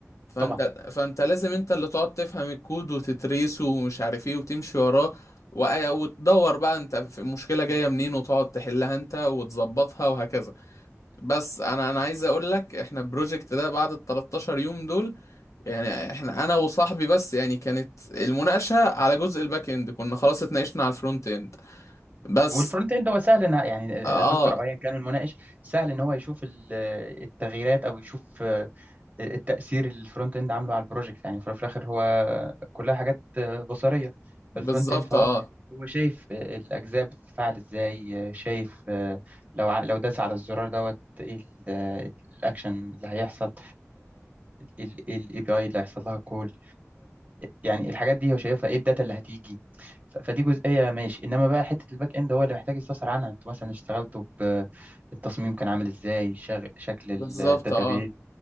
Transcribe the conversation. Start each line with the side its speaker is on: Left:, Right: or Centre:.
Left: فانت
Right: طبعا
Left: فانت لازم انت اللي تقعد تفهم الكود وتتريسه ومش عارف ايه وتمشي وراه وأ- وتدور بقى انت في المشكلة جاية منين وتقعد تحلها انت وتظبطها وهكذا بس انا انا عايز اقول لك احنا البروجكت ده بعد ال 13 يوم دول يعني احنا انا وصاحبي بس يعني كانت المناقشه على جزء الباك اند كنا خلاص اتناقشنا على الفرونت اند بس
Right: والفرونت اند هو سهل إن يعني
Left: اه
Right: دكتور أو أيا كان المناقش سهل إن هو يشوف ال- التغييرات أو يشوف التأثير اللي الفرونت اند عامله على البروجكت يعني في الآخر هو كلها حاجات بصرية في
Left: بالظبط
Right: الفرونت اند فهو
Left: اه
Right: هو شايف الأجزاء بتتفاعل إزاي شايف لو ع- لو داس على الزرار دوت إيه ال- الأكشن اللي هيحصل الاي بي اي اللي هيحصل لها كول يعني الحاجات دي هو شايفها ايه الداتا اللي هتيجي ف- فدي جزئية ماشي انما بقى حتة الباك اند هو اللي محتاج يستفسر عنها انتوا مثلا اشتغلتوا بالتصميم كان عامل ازاي شغ... شكل
Left: بالظبط
Right: الداتابيز
Left: اه